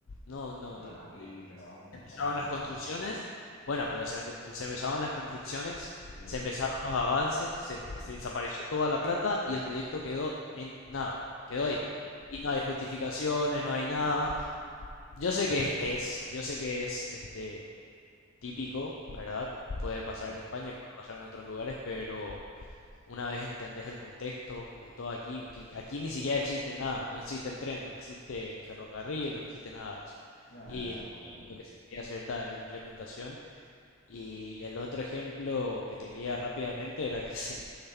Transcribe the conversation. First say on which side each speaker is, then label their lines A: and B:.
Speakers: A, on the left (about 80°); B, on the left (about 65°).
A: No, no,
B: Bueno,
A: de-
B: aquí,
A: de-
B: pero vamos, en
A: se
B: España
A: empezaron
B: eso también
A: las construcciones,
B: pasa.
A: bueno, pero se, han se empezaron las construcciones,
B: Sí,
A: se empezaron los avances, se,
B: sí.
A: se desapareció toda la plata y el proyecto quedó en nada, quedó
B: Bueno,
A: ahí. Y no hay justificaciones, no hay nada.
B: ya, ya,
A: Yo sé que es, yo sé que es este típico, ¿verdad? Puede pasar
B: sí.
A: en España y puede pasar en otros lugares, pero una vez entendés el contexto de todo aquí, que aquí ni siquiera existe nada, no existe el tren, no existe el ferrocarril, no existe nada de eso.
B: Ya,
A: Y
B: ya,
A: lo,
B: ya, pues yo qué sé.
A: lo que se quería hacer esta implementación. Y el otro ejemplo que te quería rápidamente era que <laughs> se,